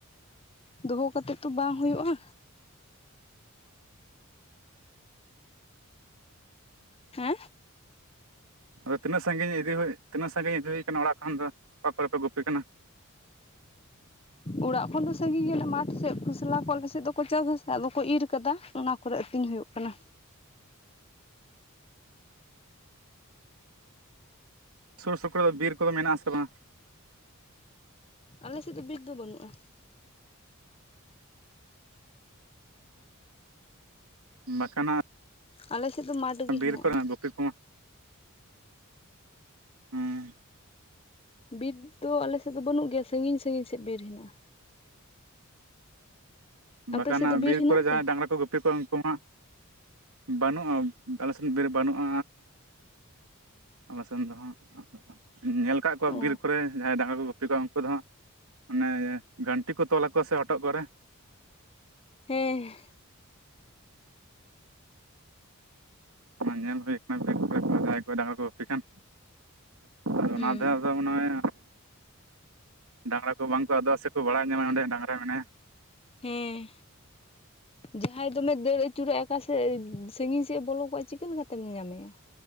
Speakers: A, on the left (about 25°); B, on the right (about 85°).
A: ᱫᱚᱦᱚ ᱠᱟᱛᱮᱫ ᱛᱚ ᱵᱟᱝ ᱦᱩᱭᱩᱜᱼᱟ, ᱦᱮᱸ
B: ᱟᱫᱚ ᱛᱤᱱᱟᱹᱜ ᱥᱟᱺᱜᱤ ᱤᱫᱤ ᱦᱩᱭ ᱛᱤᱱᱟᱹᱜ ᱥᱟᱺᱜᱤᱧ ᱤᱫᱤ ᱦᱩᱭ ᱛᱤᱱᱟᱹᱜ ᱠᱟᱱᱟ ᱚᱲᱟᱜ ᱠᱷᱚᱱ ᱫᱚ ᱚᱠᱟ ᱠᱚ ᱨᱮ ᱯᱮ ᱜᱩᱯᱤ ᱠᱟᱱᱟ,
A: ᱚᱲᱟᱜ ᱠᱷᱚᱱ ᱫᱚ ᱥᱟᱺᱜᱤᱧ ᱜᱮᱭᱟᱞᱮ ᱢᱟᱴᱷ ᱥᱮᱫ ᱠᱷᱚᱥᱞᱟ ᱠᱚ ᱟᱞᱮ ᱥᱮᱫ ᱫᱚ ᱠᱚ ᱪᱟᱥᱟ ᱟᱥᱮ ᱟᱫᱚ ᱠᱚ ᱤᱨ ᱠᱟᱫᱟ ᱚᱱᱟ ᱠᱚ ᱨᱮ ᱟᱹᱛᱤᱧ ᱦᱩᱭᱩᱜ ᱠᱟᱱᱟ,
B: ᱥᱩᱨ ᱥᱩᱠᱩᱨ ᱨᱮ ᱫᱚ ᱵᱤᱨ ᱠᱚ ᱫᱚ ᱢᱮᱱᱟᱜ ᱟᱥᱮ ᱵᱟᱝ -ᱟ,
A: ᱟᱞᱮ ᱥᱮᱫ ᱫᱚ ᱵᱤᱨ ᱫᱚ ᱵᱟᱹᱱᱩᱜᱼᱟ,
B: ᱚ ᱵᱟᱠᱷᱟᱱ ᱦᱟᱸᱜ
A: ᱟᱞᱮ ᱥᱮᱫ ᱫᱚ ᱢᱟᱴ ᱜᱮ
B: ᱵᱤᱨ
A: ᱦᱮᱱᱟᱜᱼᱟ,
B: ᱠᱚᱨᱮᱱᱟᱜ ᱜᱩᱯᱤ <inaudible> ᱦᱩᱸ
A: ᱵᱤᱨ ᱫᱚ ᱟᱞᱮ ᱥᱮᱫ ᱫᱚ ᱵᱟᱹᱱᱩᱜ ᱜᱮᱭᱟ ᱥᱟᱺᱜᱤᱧ ᱥᱟᱺᱜᱤᱧ ᱥᱮᱫ ᱵᱤᱨ ᱦᱮᱱᱟᱜᱼᱟ, ᱟᱯᱮ
B: ᱵᱟᱠᱷᱟᱱ
A: ᱥᱮᱫ
B: ᱦᱟᱸᱜ
A: ᱫᱚ
B: ᱵᱤᱨ
A: ᱦᱮᱱᱟᱜ
B: ᱠᱚ ᱨᱮ ᱡᱟᱦᱟᱸᱭ
A: ᱛᱮ
B: ᱰᱟᱝᱨᱟ ᱠᱚ ᱜᱩᱯᱤ ᱠᱚᱣᱟ ᱩᱱᱠᱩ ᱦᱟᱸᱜ ᱵᱟᱹᱱᱩᱜᱼᱟ ᱟᱞᱮ ᱥᱮᱱ ᱵᱤᱨ ᱵᱟᱹᱱᱩᱜᱼᱟ, ᱟᱞᱮ ᱥᱮᱱ ᱫᱚ ᱦᱟᱸᱜ, ᱧᱮᱞ ᱠᱟᱫ ᱠᱚᱣᱟ
A: ᱚ
B: ᱵᱤᱨ ᱠᱚ ᱨᱮ ᱡᱟᱦᱟᱸᱭ ᱰᱟᱝᱨᱟ ᱠᱚ ᱜᱩᱯᱤ ᱠᱚᱣᱟ ᱩᱱᱠᱩ ᱫᱚ ᱦᱟᱸᱜ, ᱚᱱᱮ ᱜᱷᱟᱱᱴᱤ ᱠᱚ ᱛᱚᱞᱟ ᱟᱠᱚᱣᱟ ᱥᱮ ᱦᱚᱴᱚᱜ ᱠᱚ ᱨᱮ,
A: ᱦᱮᱸ
B: ᱚᱱᱟ ᱧᱮᱞ ᱦᱩᱭ ᱠᱟᱱᱟ ᱵᱤᱨ ᱠᱚ ᱨᱮ ᱡᱟᱦᱟᱸᱭ ᱠᱚ ᱰᱟᱝᱨᱟ ᱠᱚ ᱜᱩᱯᱤ ᱠᱷᱟᱱ, ᱟᱫᱚ
A: ᱦᱩᱸ
B: ᱚᱱᱟ ᱛᱮᱦᱚᱸ ᱛᱚ ᱢᱚᱱᱮ ᱦᱚᱭ, ᱰᱟᱝᱨᱟ ᱠᱚ ᱵᱟᱝ ᱠᱚ ᱟᱫᱚᱜᱼᱟ ᱥᱮ ᱠᱚ ᱵᱟᱲᱟᱭ ᱧᱟᱢᱟ ᱚᱸᱰᱮ ᱰᱟᱝᱨᱟ ᱢᱮᱱᱟᱭᱟ,
A: ᱦᱮᱸ ᱡᱟᱦᱟᱸᱭ ᱫᱚᱢᱮ ᱫᱟᱹᱲ ᱟᱹᱪᱩᱨᱚᱜᱟᱭ ᱟᱠᱟ ᱥᱮᱫ ᱥᱟᱺᱜᱤᱧ ᱥᱮᱫ ᱮ ᱵᱚᱞᱚ ᱠᱚᱜᱟᱭ ᱪᱤᱠᱟᱹ ᱞᱮᱠᱟᱛᱮᱢ ᱧᱟᱢᱮᱭᱟ,